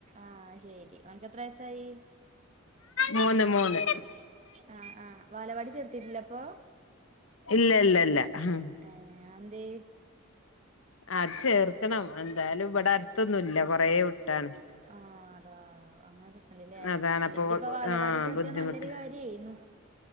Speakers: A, on the right; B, on the left.
A: ആഹ് ശെരി ഓന്ക്ക് എത്ര വയസ്സായി
B: മൂന്ന് മൂന്ന്
A: ആഹ് ആഹ് വാലവാടി ചേർത്തിട്ടില്ല അപ്പൊ
B: ഇല്ല ല്ല ല്ല ആഹ്
A: ഏ അന്തേ
B: അത് ചേർക്കണം എന്തായാലും ഇവിടെ അടുത്തൊന്നുല്ല കൊറ വിട്ടാണ്
A: ആഹ് അതാ അങ്ങനെ പ്രശ്നല്ലേ
B: അതാണപ്പൊ
A: ഇല്ലെങ്കി ഇപ്പ ബാല
B: ആഹ്
A: വാടി ചേർത്ത്യ
B: ബുദ്ധിമുട്ട്
A: നല്ലൊരു കാര്യരുന്നു